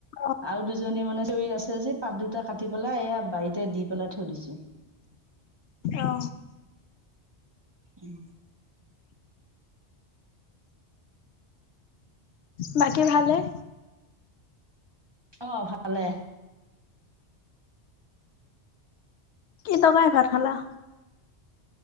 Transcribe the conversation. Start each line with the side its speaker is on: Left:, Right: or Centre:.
Left: অ',
Right: আৰু দুজ জনী মানে চিঞৰি আছে যি পাত দুটা কাটি পেলাই এয়া বাৰীতে দি পেলাই থৈ দিছো।
Left: অ।
Right: উম।
Left: বাকী ভালেই?
Right: অ ভালে।
Left: কি তয়কাৰীৰে ভাত খালা?